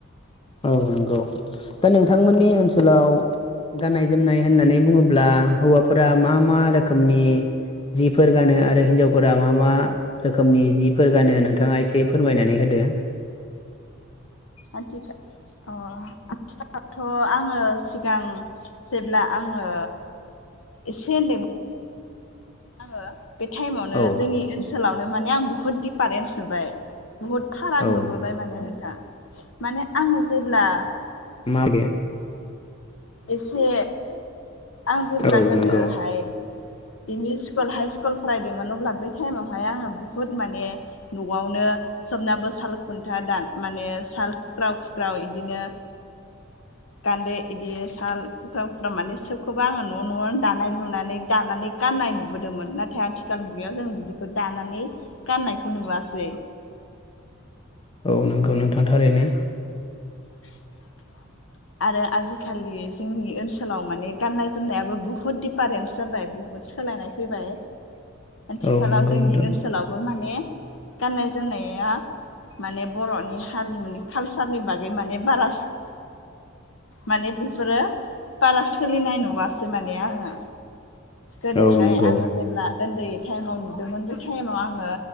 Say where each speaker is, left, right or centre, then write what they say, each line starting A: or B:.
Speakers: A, on the left; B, on the left.
A: औ नंगौ दा नोंथांमोननि ओनसोलाव गाननाय जोमनाय होननानै बुङोब्ला हौवाफोरा मा मा रोखोमनि जिफोर गानो आरो हिन्जावफोरा मा मा रोखोमनि जिफोर गानो नोंथाङा एसे फोरमायनानै होदो
B: आथिखाल अ आथिखालथ' आङो सिगां जेब्ला आङो एसे उन्दैमोन आङो बे टाइमावनो
A: औ
B: जोंनि ओनसोलावनो माने आं बुहुत पारेन्स नुबाय बुहुत फाराग
A: औ
B: नुबोबाय माने नोंथां माने आंडो़ जेब्ला
A: मबे
B: एसे आं जेब्ला
A: औ
B: गोदोहाय
A: नंगौ
B: इम इ स्कुल हाइ स्कुल फरायदोंमोन अब्ला बै टाइमावहाय आङो बुहुत माने न'आवनो सोमनाबो साल खुन्था दान माने साल खुख्राव खुख्राव बिदिनो गान्दै बिदि साल कुक्रा कुक्रा माने सोब खौबबो आङो न' न'आवनो दानाय लुनानै दानानै गाननायट नुबोदोंमोन नाथाय आथिखाल मुगायाव जों बिदिखौ बे दानानै गाननायखौ नुवासै
A: औ नंगौ नोंथांथाररैनो
B: <inaudible> आरो आजिखालि जोंनि ओनसोलाव माने गाननाय जोमनायाबो बुहुत दिफारेन्स जाबाय बहुद सोलायनाय फैबाय
A: <inaudible>
B: आथिखालाव
A: नंगौ
B: जोंनि
A: नोंथां
B: ओनसोलावबो माने गाननाय जोमनाया माने बर'नि हारिमुनि कालसारनि बागै माने बारा माने बेफोरो बारा सोलिनाय नुवासै माने आङो गोदोहाय
A: औ नंगौ
B: आङो जेब्ला उन्दै टाइमाव नुदोंमोन बे टाइमाव आङो